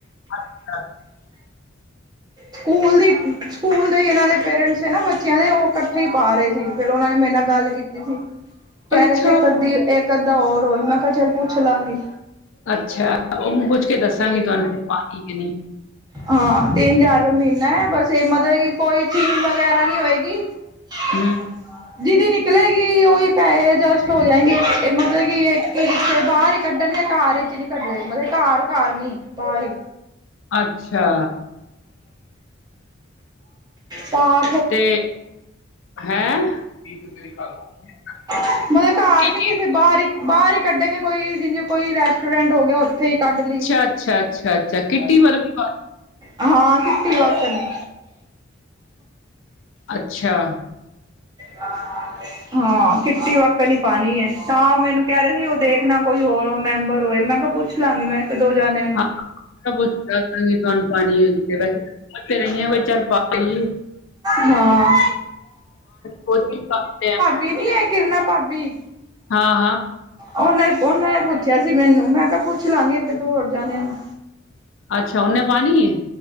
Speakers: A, on the left; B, on the right.
A: ਅੱਛਾ।
B: ਸਕੂਲ ਦੀ, ਸਕੂਲ ਦੇ ਇਹਨਾਂ ਦੇ ਪੇਰੈਂਟਸ ਏ ਨਾ ਬੱਚਿਆਂ ਦੇ ਉਹ। ਉੱਥੇ ਪਾ ਰਹੇ ਸੀ ਫੇਰ ਉਹਨਾ ਨੇ ਮੇਰੇ ਨਾਲ ਗੱਲ ਕੀਤੀ ਸੀ ਕਹਿ
A: ਅੱਛਾ
B: ਰਹੇ ਸੀ, ਇੱਕ ਅੱਧਾ ਹੋਰ ਹੋਏ, ਮੈਂ ਕਿਹਾ ਚੱਲ ਪੁੱਛ ਲਾਂਗੀ।
A: ਅੱਛਾ ਉਹੂੰ ਪੁੱਛ ਕੇ ਦੱਸਾਂਗੀ, ਤੁਹਾਨੂੰ ਫਿਰ ਪਾਣੀ ਕਿ ਨੀ।
B: ਹਾਂ, ਤਿੰਨ ਹਜ਼ਾਰ ਰੁਪਏ ਮਹੀਨਾ ਹੈ ਬਸ ਇਹ ਮਤਲਬ ਕੋਈ ਥੀਮ ਵਗੈਰਾ ਨਹੀਂ ਹੋਏਗੀ।
A: ਹਮ
B: ਹ ਜਿਹਦੀ ਨਿਕਲੇਗੀ ਉਹੀ ਪੈਸੇ ਐਡਜਸਟ ਹੋ ਜਾਏਗੀ, ਇਹ ਮਤਲਬ ਕਿ ਇੱਕੇ ਬਾਹਰ। ਕੱਢਣਗੇ ਘਰ ਵਿਚ ਨੀ ਕੱਢ ਦੇ, ਮਲਤਬ ਘਰ ਘਰ ਨੀ ਬਾਹਰ ਹੀ।
A: ਅੱਛਾ
B: ਪਾਂ।
A: ਤੇ, ਹੈਂ ਕਿ ਕੀ
B: ਮਤਲਬ ਘਰ ਨੀ
A: ਚੀਜ-
B: ਕਿਸੇ ਬਾਹਰ ਹੀ ਬਾਹਰ ਹੀ ਕੱਢਣਗੇ ਕੋਈ ਜਿਂ ਕੋਈ ਰੈਸਟੋਰੈਂਟ ਹੋ ਗਿਆ, ਉੱਥੇ ਹੀ ਕੱਢ ਲਈ।
A: ਅੱਛਾ, ਅੱਛਾ ਅੱਛਾ, ਅੱਛਾ ਕਿੱਟੀ ਵਕਨ ਦੀ
B: ਹਾਂ, ਕਿਟੀ ਵਕਨ ਨੇ
A: ਅੱਛਾ।
B: ਹਾਂ ਅ। ਹਾਂ ਕਿੱਟੀ ਵੱਕਨ ਹੀ ਪਾਣੀ ਹੈ, ਤਾਂ ਮੈਨੂੰ ਕਹਿ ਰਿਹਾ ਸੀ ਉਹ ਦੇਖ ਨਾ ਕੋਈ ਹੋਰ ਹੋ ਮੈਂਬਰ ਹੋਏ ਮੈਂ ਕਿਹਾ ਪੁੱ ਲਾਂਗੀ ਮੈਂ, ਦੋ ਜਾਣੇ
A: ਹਾਂ ਪੁੱਛ ਕੇ ਦੱਸ ਦਾਂਗੀ ਤੁਹਾਨੂੰ, ਪਾਣੀ ਹੋ ਤੇ ਵੈਸ ਰਹੀ ਚਲ ਪਾਨ ਦੀ
B: ਹਾਂ
A: ਕੋਸ਼ਸ਼ ਕਰਦੇ
B: <unintelligible> ਨੀ ਹੈ ਕਿਰਨਾ ਭਾਬੀ
A: ਹਾਂ ਹਾਂ।
B: ਉਹਨੇ ਉਹਨੇ ਨੇ ਪੁੱਛਿਆ ਸੀ ਮੈਨੂੰ, ਮੈਂ ਕਿਹਾ ਪੁੱਛ ਲਾਂਗੀ ਇਕ ਦੋ ਹੋਰ ਜਾਣਿਆਂ ਨੂੰ।
A: ਅੱਛਾ, ਉਹਨੇ ਪਾਣੀ ਹੈ।